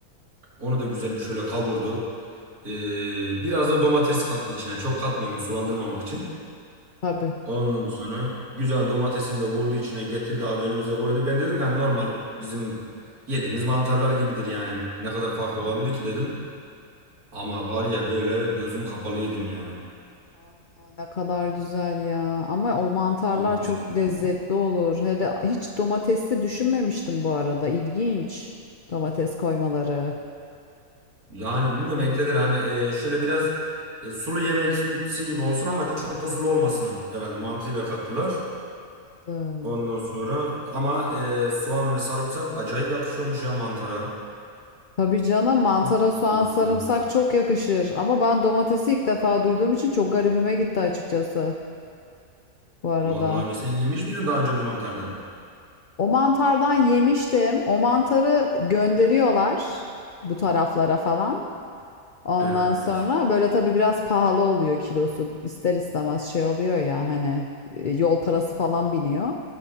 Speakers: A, on the right; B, on the left.
A: Onu da güzel bir şöyle kavurdu. Ee, biraz da domates kattı içine. Çok katmıyor ama sulandırmamak için.
B: Tabii.
A: Ondan sonra güzel domatesini de vurdu içine getirdi abi önümüze koydu. Ben dedim ki hani normal bizim yediğimiz mantarlar gibidir yani. Ne kadar farklı olabilir ki dedim. Ama var ya böyle gözüm kapalı yedim ya.
B: Aa, ne kadar güzel ya. Ama o mantarlar
A: Çok güzeldi.
B: çok lezzetli olur. Hele hiç domatesli düşünmemiştim bu arada. İlginç. Domates koymaları.
A: Yani bilmiyorum ekledir hani e, şöyle biraz e, sulu yemeksi gibi olsun ama çok da sulu olmasın herhalde mantıyla kattılar.
B: Anladım.
A: Ondan sonra ama e, soğan ve sarımsak acayip yakışıyormuş ya mantara.
B: Tabii canım mantara
A: Çok,
B: soğan
A: çok
B: sarımsak
A: güzel oldu.
B: çok yakışır. Ama ben domatesi ilk defa duyduğum için çok garibime gitti açıkçası bu arada.
A: Vallahi öyle. Sen yemiş miydin daha önce bu mantardan?
B: O mantardan yemiştim. O mantarı gönderiyorlar bu taraflara falan. Ondan
A: Evet.
B: sonra böyle tabii biraz pahalı oluyor kilosu. İster istemez şey oluyor ya hani e, yol parası falan biniyor.